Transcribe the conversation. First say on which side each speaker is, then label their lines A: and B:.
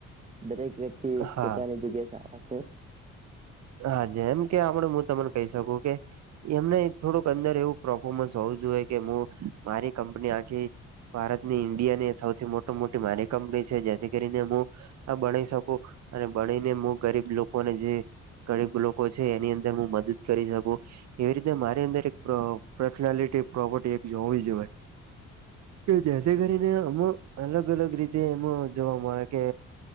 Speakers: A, on the right; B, on the right.
A: દરેક વ્યક્તિ
B: હા
A: પોતાની જગ્યા સારા છે.
B: હા જેમ કે આપડે હું તમને કહી શકું કે એમને થોડુંક અંદર એવું પરફોર્મન્સ હોવું જોઈએ કે હું મારી કંપની આખી ભારતની ઈન્ડિયા ની સૌથી મોટ મોટી મારી કંપની છે જેથી કરીને મુ આ બણી શકું અને બણીને હું ગરીબ લોકોને જે ગરીબ લોકો છે એની અંદર હું મદદ કરી શકું એવી રીતે મારી અંદર એક પર્સનાલિટી પ્રોપર્ટી એક હોવી જોઈએ કે જેથી કરીને અમુ અલગ અલગ રીતે એમ જોવા મળે કે